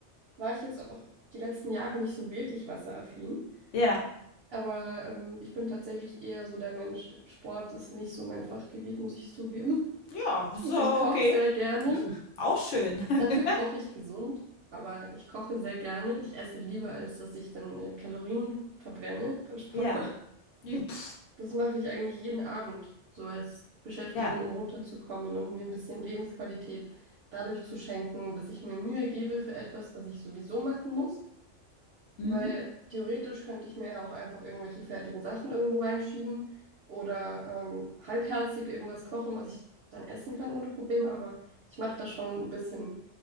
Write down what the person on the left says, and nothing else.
Ja.
Ja, so,
okay.
Auch schön. <laughs>
Ja. Ja, pf.
Ja,
mhm.